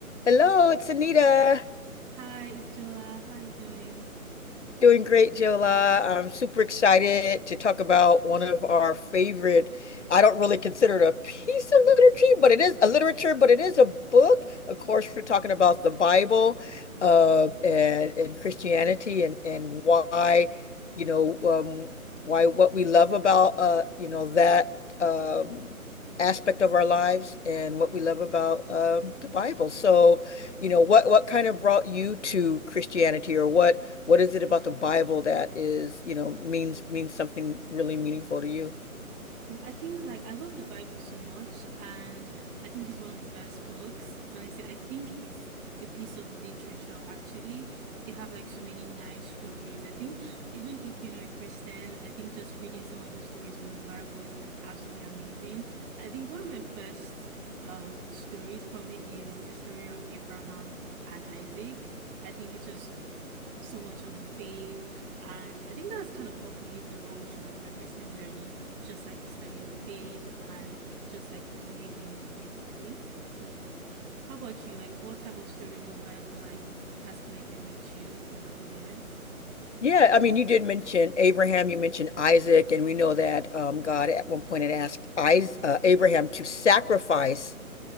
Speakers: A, on the left; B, on the right.
A: Hello, it's Anita.
B: Hi, it's Jola. How are you doing?
A: Doing great, Jola. I'm super excited to talk about one of our favorite. I don't really consider it a piece of literature, but it is a literature, but it is a book. Of course, we're talking about the Bible, uh, and and Christianity, and and why, you know, um, why what we love about, uh, you know, that um aspect of our lives and what we love about um the Bible. So, you know, what what kind of brought you to Christianity, or what? what is it about the Bible that is, you know, means means something really meaningful to you?
B: Well, I think like I love the Bible so much, and I think it's one of the best books. Honestly, I think is a piece of literature actually. They have like so many nice stories. I think even if you're not a Christian, I think just reading some of the stories from the Bible is absolutely amazing. I think one of my best um stories probably is the story of Abraham and Isaac. I think it's just so much on faith and I think that has kind of helped me along through like my Christian journey just like the study of faith and just like believing, basically. So, how about you? Like, what type of stories in the Bible like has connected with you over the years?
A: Yeah, I mean, you did mention Abraham, you mentioned Isaac, and we know that um, God at one point had asked Is uh, Abraham to sacrifice